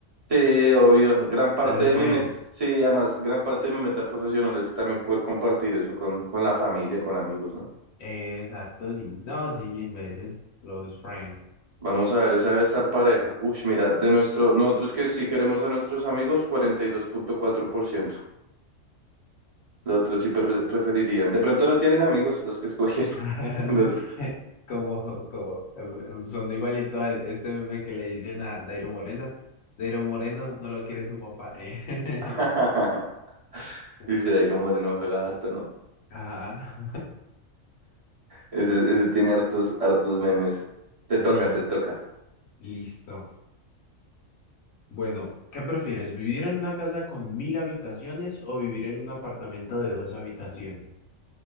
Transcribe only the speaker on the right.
Sí, obvio. Gran parte
de
mi meta, sí, además, gran parte de mi meta profesional es también poder compartir eso con, con la familia, con amigos, ¿no?
Vamos a ver, esa debe estar pareja. Uy, mira, de nuestro, nosotros que sí queremos a nuestros amigos, cuarenta y dos punto cuatro por ciento Los otros sí pre- preferirían. De pronto no tienen amigos los que escogieron.
<laughs> los otro.
<laughs>
Dice, Dairo Moreno juega harto, ¿no?
Ese, ese tiene hartos, hartos memes. Te
toca,
te toca.